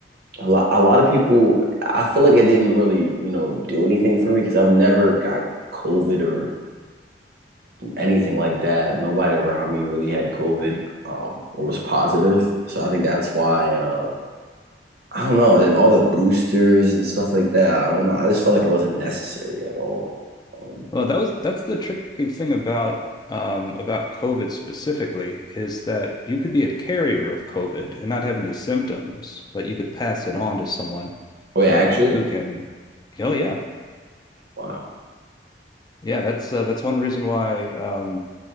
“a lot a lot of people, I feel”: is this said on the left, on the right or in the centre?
Right